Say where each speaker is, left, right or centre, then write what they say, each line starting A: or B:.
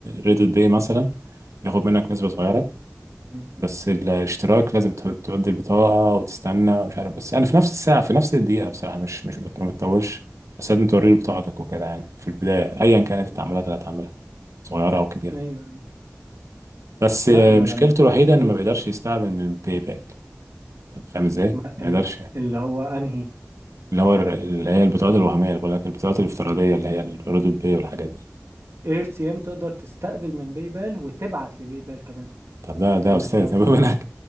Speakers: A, on the right; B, on the right.
A: ريدت باي مثلا بياخد منك نسبه صغيره
B: مم.
A: بس الاشتراك لازم ت- تودي البطاقه وتستنى ومش عارف بس يعني في نفس الساعه في نفس الدقيقه بصراحه مش مش بت- ما بتطولش بس لازم توري له بطاقتك وكده يعني في البدايه ايا كانت التعاملات اللي هتعملها صغيره او كبيره
B: ايوه أيوة.
A: بس
B: لا
A: آه،
B: انا
A: مشكلته
B: لما
A: الوحيده انه
B: بقول
A: ما بيقدرش يستقبل من باي باك طب فاهم ازاي؟
B: ما
A: ما
B: ال-
A: يقدرش
B: اللي هو انهي
A: اللي هو الر- اللي هي البطاقات الوهمية اللي بقول لك البطاقات الافتراضية اللي هي الردود بي والحاجات دي
B: اير تي ام تقدر تستقبل من باي بال وتبعت لباي بال كمان
A: طب ده ده يا
B: بالاكونت
A: استاذ ربنا
B: بتاعك